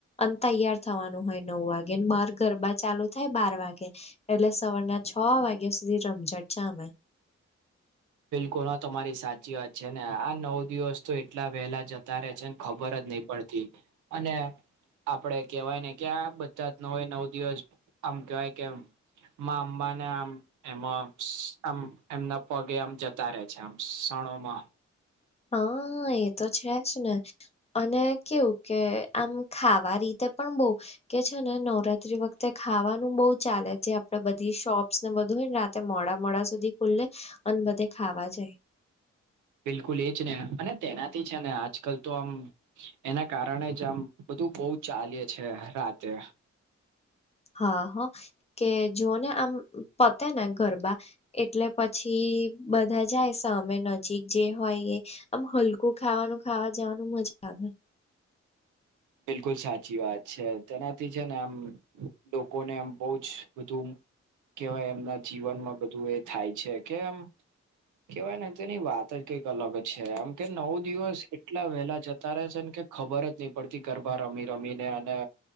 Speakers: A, on the left; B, on the right.
A: અને તૈયાર થવાનું હોય નવ વાગે ને ભાર ગરબા ચાલુ થાય બાર વાગે. એટલે સવારના છ વાગ્યા સુધી રમઝટ જામે.
B: બિલકુલ હા તમારી સાચી વાત છે ને આ નવ દિવસ તો એટલા વહેલા જત તા રહે છેન ખબર જ નહી પડતી અને આપડે કેવાય ને ક્યાં બધાજ નવે નવ દિવસ આમ કેવાય કેમ માં અંબાને આમ એમાં આમ એમના પગે આમ જતા રહે છે આમ ક્ષણોમાં.
A: હા એ તો છે જ ને અને કેવું કે આમ ખાવા રીતે પણ બહુ કે છે ને નવરાત ત્રી વખતે ખાવાનું બહુ ચાલે જે આપડે બધી શોપ્સ ને બધું હોયને રાતે મોડા મોડા સુધી ખુલે અન બધે ખાવા જાય.
B: બિલકુલ એ જ ને અને તેનાથી છે ને આજકાલ તો આમ એના કારણે જ આમ બધું બહુ ચાલે છે રાતે.
A: હા હો કે જો ને આમ પતે ને ગરબા એટલે પછી બધા જાય સામે નજીક જે હોય એ આમ હલકું ખાવાનું ખાવા જવાનું મજા આવે.
B: બિલકુલ સાચી વાત છે તેનાથી છે ને આમ લોકોને આમ બહુ જ બધુ કેવાય એમના જીવનમાં બધું એ થાય છે કે એમ કેવાય ને તેની વાત જ કંઈક અલગ છે એમ. કે નવ દિવસ એટલા વહેલા જતા રહે છે ને કે ખબર જ નહી પડ તી ગરબા રમી રમીને અને